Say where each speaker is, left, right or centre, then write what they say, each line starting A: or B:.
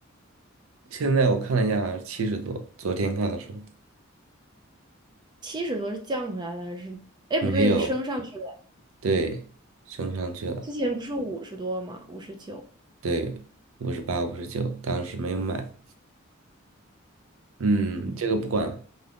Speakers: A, on the right; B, on the right.
A: 现在我看了一下，七十多。昨天看的时候
B: 七十多是降回来了还是？哎，
A: 没有，
B: 不对，是升上去了？
A: 对，升上去了，
B: 之前不是五十多吗？五十九。
A: 对，五十八、五十九，当时没有买。嗯，
B: 嗯，
A: 这个不管了。